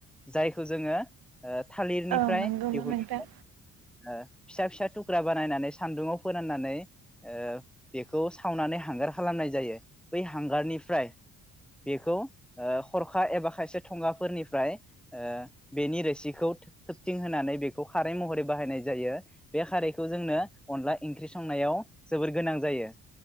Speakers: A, in the centre; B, on the right.
A: जायखौ जोङो ओ थालिरनिफ्राय
B: औ नंगौना
A: दिहुनो।
B: नोंथां?
A: ओ फिसा फिसा थुख्रा बानायनानै सान्दुंआव फोराननानै ओ बेखौ सावनानै हांगार खालामनाय जायो बै हांगारनिफ्राय बेखौ हरखा एबा खायसे थंगाफोरनिफ्राय ओ बेनि रोसिखौ थोबथिं होनानै बेखौ खारै महरै बाहायनाय जायो बे खारैखौ जोंनो अनला इंख्रि संनायाव जोबोर गोनां जायो